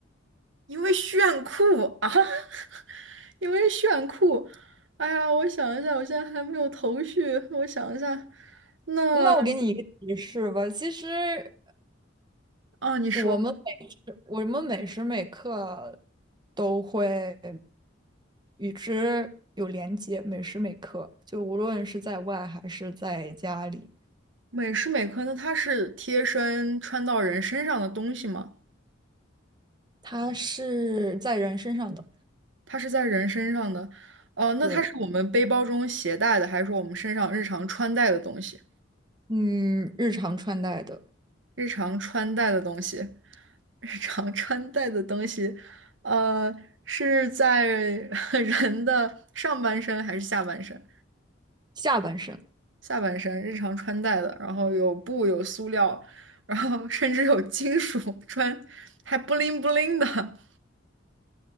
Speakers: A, on the right (about 70°); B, on the right (about 20°).
A: 因为炫酷啊，<laughs> 因为炫酷。哎呀，我想一下，我现在还没有头绪。我想一下，那
B: 那我给你一个提示吧，其实。
A: 啊，你说
B: 我们每时我们每时每刻都会与之有连接，每时每刻，就无论是在外还是在家里，
A: 美时美科，那它是贴身穿到人身上的东西吗？
B: 它是在人身上的，
A: 它是在人身上的，哦、那它是我们背包中携带的，
B: 对，
A: 还是说我们身上日常穿戴的东西？
B: 嗯，日常穿戴的
A: 日常穿戴的东西，<laughs> 日常穿戴的东西，呃，是在 <laughs> 人的上半身还是下半身？
B: 下半身。
A: 下半身日常穿戴的，然后有布，有塑料，然后甚至有金属穿，还不灵不灵的。